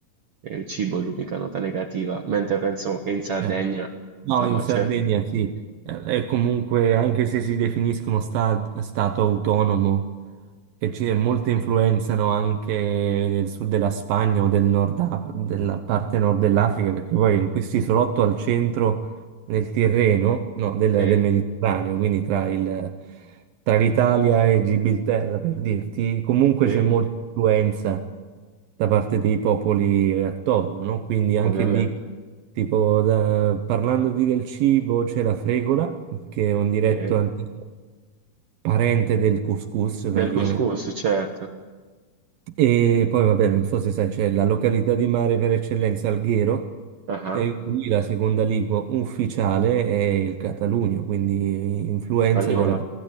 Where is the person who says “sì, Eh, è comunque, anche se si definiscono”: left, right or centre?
Right